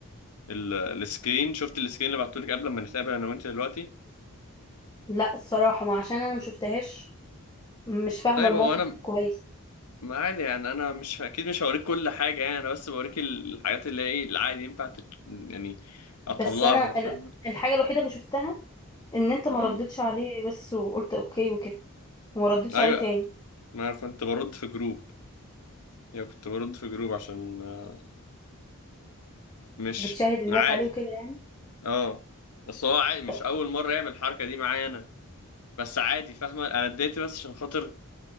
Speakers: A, on the left; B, on the left.
A: ال- السكرين شفت السكرين اللي بعته لك قبل ما نتقابل انا وانت دلوقتي
B: لا الصراحه ما عشان انا ما شفتهاش مش فاهمه
A: طيب
B: الموقف
A: هو انا
B: كويس
A: ما عادي يعني انا مش اكيد مش هوريك كل حاجه يعني انا بس بوريك ال- الحاجات اللي هي ايه العادي ينفع تت... يعني اطلعها
B: بس انا
A: فاهم
B: ال- الحاجه الوحيده اللي شفتها ان انت
A: مم.
B: ما ردتش عليه بس وقلت اوكي وكده وما ردتش
A: ايوه
B: عليه تاني
A: ما انا كنت برد في جروب يعني كنت برد في جروب عشان آه، مش
B: بتشاهد الناس
A: عادي
B: عليه وكده يعني
A: اه بس هو عادي مش
B: طب
A: اول مره يعمل الحركه دي معايا انا بس عادي فاهمه انا اديت بس عشان خاطر